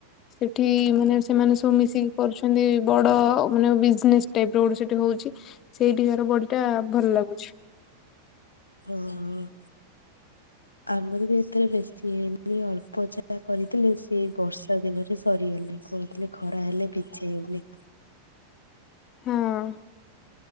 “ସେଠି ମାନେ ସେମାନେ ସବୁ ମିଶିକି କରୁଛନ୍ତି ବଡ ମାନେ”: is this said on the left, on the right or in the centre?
Left